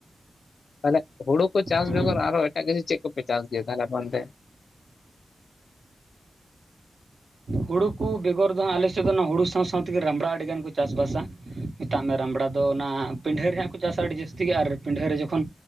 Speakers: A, on the left; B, on the right.
A: ᱛᱟᱦᱚᱞᱮ ᱦᱩᱲᱩ ᱠᱚ ᱪᱟᱥ
B: ᱦᱮᱸ
A: ᱵᱮᱜᱚᱨ ᱟᱨᱚ ᱮᱴᱟᱜ ᱠᱤᱪᱷᱤ ᱪᱮᱫ ᱠᱚᱯᱮ ᱪᱟᱥ ᱜᱮᱭᱟ ᱛᱟᱦᱞᱮ ᱚᱱᱛᱮ?
B: ᱦᱩᱲᱩ ᱠᱚ ᱵᱮᱜᱚᱨ ᱫᱚ ᱦᱟᱸᱜ ᱟᱞᱮ ᱥᱮᱫ ᱫᱚ ᱚᱱᱟ ᱦᱩᱲᱩ ᱥᱟᱶ ᱥᱟᱶ ᱛᱮᱜᱮ ᱨᱟᱢᱲᱟ ᱟᱹᱰᱤᱜᱟᱱ ᱠᱚ ᱪᱟᱥᱵᱟᱥᱟ᱾ ᱢᱮᱛᱟᱜ ᱢᱮ ᱨᱟᱢᱲᱟ ᱫᱚ ᱚᱱᱟ ᱯᱤᱰᱷᱟᱹ ᱨᱮᱭᱟᱜ ᱦᱟᱸᱜ ᱠᱚ ᱪᱟᱥᱟ ᱟᱹᱰᱤ ᱡᱟᱹᱥᱛᱤ ᱜᱮ ᱟᱨ ᱯᱤᱰᱷᱟᱹ ᱨᱮ ᱡᱚᱠᱷᱚᱱ